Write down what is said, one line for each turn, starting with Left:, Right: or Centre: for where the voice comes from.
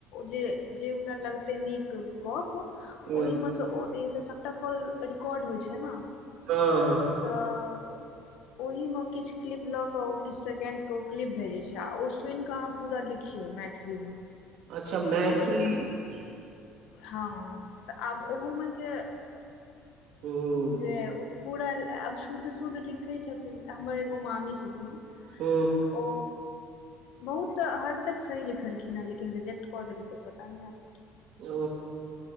Left: जे जे ओकरा लगतै नीक गप ओहिमे
Right: हँ
Left: सँ ओ देत सबटा कॉल रिकॉर्ड होइ छै न
Right: हँ,
Left: तॅं ओहिमे किछु क्लिप लऽ कऽ ओ किछु सेकेण्ड तॅं ओ क्लिप भऽ जाइ छै आ ओ सुनि कऽ अहाँ पूरा लिखियौ मैथिलीमे
Right: अच्छा, मैथिलीमे
Left: लेकिन हँ, तॅं आब ओहुमे जे
Right: हूँ
Left: जे पूरा आब शुद्ध-शुद्ध लिखै छथिन हमर एगो मामी छथिन
Right: ओ
Left: ओ बहुत हद तक सही लिखलखिन हेॅं, लेकिन रिजेक्ट कऽ देलकै पता नहि की
Right: ओ,